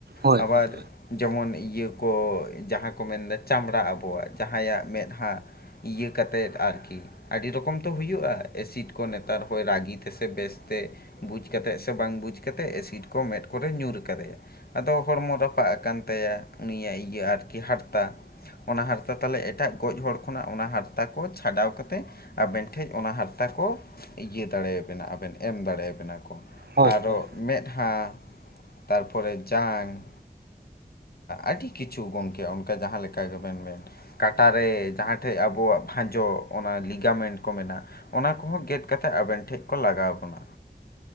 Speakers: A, on the right; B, on the left.
A: ᱦᱳᱭ
B: ᱟᱵᱟᱨ᱾
A: ᱦᱳᱭ
B: ᱡᱮᱢᱚᱱ ᱤᱭᱟᱹ ᱠᱚ ᱡᱟᱦᱟᱸ ᱠᱚ ᱢᱮᱱᱫᱟ ᱪᱟᱢᱲᱟ ᱟᱵᱚᱣᱟᱜ ᱡᱟᱦᱟᱸᱭᱟᱜ ᱢᱮᱸᱫᱦᱟ᱾ ᱤᱭᱟᱹ ᱠᱟᱛᱮᱫ ᱟᱨᱠᱤ᱾ ᱟᱹᱰᱤ ᱨᱚᱠᱚᱢ ᱛᱚ ᱦᱩᱭᱩᱜᱼᱟ ᱮᱥᱤᱰ ᱠᱚ ᱱᱮᱛᱟᱨ ᱦᱚᱭ ᱨᱟᱹᱜᱤ ᱛᱮᱥᱮ ᱵᱮᱥ᱾ ᱛᱮ ᱵᱩᱡᱽ ᱠᱟ ᱠᱟᱛᱮᱫ ᱥᱮ ᱵᱟᱝ ᱵᱩᱡᱽ ᱠᱟᱛᱮᱫ ᱮᱥᱤᱰ ᱠᱚ ᱢᱮᱫ ᱠᱚᱨᱮ ᱧᱩᱨ ᱠᱟᱫᱟᱭᱟ᱾ ᱟᱫᱚ ᱦᱚᱲᱢᱚ ᱨᱟᱯᱟᱜ ᱟᱠᱟᱱ ᱛᱟᱭᱟ ᱩᱱᱤᱭᱟᱜ ᱤᱭᱟᱹ ᱟᱨᱠᱤ ᱦᱟᱨᱛᱟ᱾ ᱚᱱᱟ ᱦᱟᱨᱛᱟ ᱛᱟᱦᱟᱞᱮ ᱮᱴᱟᱜ ᱜᱚᱡ ᱦᱚᱲ ᱠᱷᱚᱱᱟᱜ ᱚᱱᱟ ᱦᱟᱨᱛᱟ ᱠᱚ ᱪᱷᱟᱰᱟᱣ ᱠᱟ ᱠᱟᱛᱮᱫ᱾ ᱟᱵᱮᱱ ᱴᱷᱮᱱ ᱚᱱᱟ ᱦᱟᱨᱛᱟ ᱠᱚ ᱤᱭᱟᱹ ᱫᱟᱲᱮᱭᱟᱵᱮᱱᱟ ᱟᱵᱮᱱ᱾ ᱮᱢ ᱫᱟᱲᱮᱭᱟᱵᱮᱱᱟ ᱠᱚ
A: ᱦᱳᱭ
B: ᱟᱨᱚ ᱢᱮᱫᱦᱟ ᱛᱟᱨᱯᱚᱨᱮ ᱡᱟᱝ᱾ ᱟᱹᱰᱤ ᱠᱤᱪᱷᱩ ᱜᱚᱢᱠᱮ ᱚᱱᱠᱟ ᱡᱟᱦᱟᱸ ᱞᱮᱠᱟ ᱜᱮᱵᱮᱱ ᱢᱮᱱ᱾ ᱠᱟᱴᱟᱨᱮ ᱡᱟᱦᱟᱸ ᱴᱷᱮᱡ ᱟᱵᱚᱣᱟᱜ ᱵᱷᱟᱡᱚ ᱚᱱᱟ ᱞᱤᱜᱟᱢᱮᱱᱴ ᱠᱚ ᱢᱮ᱾ ᱚᱱᱟ ᱠᱚᱦᱚᱸ ᱜᱮᱫ ᱠᱟᱛᱮᱫ ᱟᱵᱮᱱ ᱴᱷᱮᱱ ᱠᱚ ᱞᱟᱜᱟᱣ᱾ ᱵᱚᱱᱟ